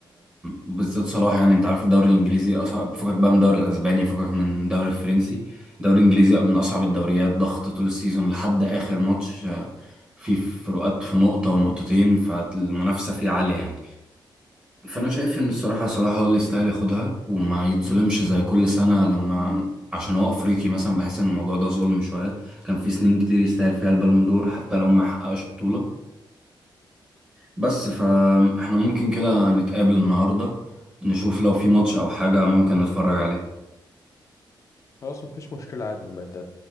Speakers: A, on the right (about 15°); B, on the left (about 40°).
A: بالذات صلاح يعني انت عارف الدوري الانجليزي اصعب فكك بقى من الدوري الاسباني فكك من الدوري الفرنسي الدوري الانجليزي من اصعب الدوريات ضغط طول السيزون لحد اخر ماتش آه، في فروقات في نقطة ونقطتين فالمنافسة فيه عالية يعني فانا شايف ان الصراحة صلاح هو اللي يستاهل ياخدها وما يتظلمش زي كل سنة لما عشان هو افريقي مثلا بحس ان الموضوع ده ظلم شوية كان في سنين كتير يستاهل فيها البالون دور حتى لو ما حققش بطولة بس فاحنا ممكن كده نتقابل النهاردة نشوف لو في ماتش أو حاجة ممكن نتفرج عليه
B: خلاص مفيش مشكلة عادي نبقى